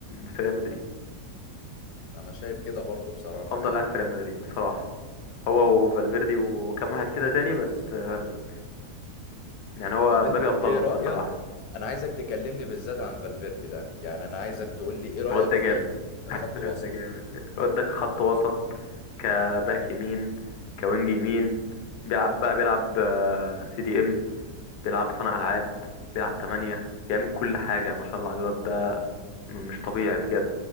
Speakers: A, on the left; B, on the left.
A: في ريال مدريد
B: أنا شايف كده برضو بصراحة
A: افضل
B: يعني
A: لاعب في ريال مدريد بصراحة هو وفالفيردي وكام واحد كده تاني بس آه، يعني هو
B: طب
A: مبابي
B: أنت
A: افضلهم
B: إيه رأيك
A: بصراحه
B: أنا عايزك تكلمني بالذات عن فالفيردي ده يعني أنا عايزك تقول لي إيه رأيك
A: الواد ده
B: فيه
A: جامد <laughs>
B: كخط
A: الواد
B: وسط
A: ده جامد الواد ده كخط وسط كباك يمين كوينج يمين بيلعب بقى بيلعب آه، سي دي ام بيلعب صانع العاب بيلعب تمانية بيعمل كل حاجه ما شاء الله على الواد ده م- مش طبيعي بجد